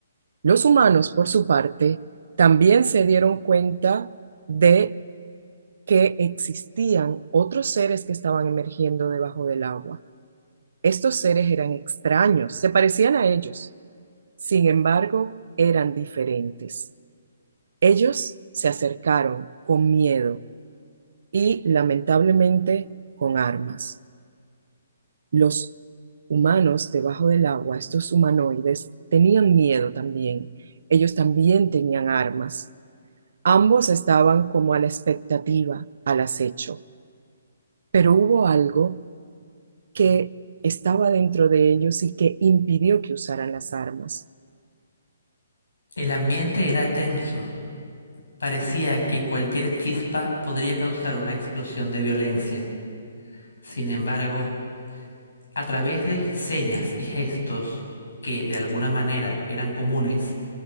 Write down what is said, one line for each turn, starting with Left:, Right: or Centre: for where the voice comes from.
Right: Los humanos, por su parte, también se dieron cuenta de que existían otros seres que estaban emergiendo debajo del agua. Estos seres eran extraños, se parecían a ellos, sin embargo, eran diferentes. Ellos se acercaron con miedo y lamentablemente con armas. los humanos debajo del agua, estos humanoides, tenían miedo también. Ellos también tenían armas. Ambos estaban como a la expectativa, al acecho. Pero hubo algo que estaba dentro de ellos y que impidió que usaran las armas.
Left: El ambiente era tenso. Parecía que cualquier chispa podría causar una explosión de violencia. Sin embargo, a través de señas y gestos que de alguna manera eran comunes,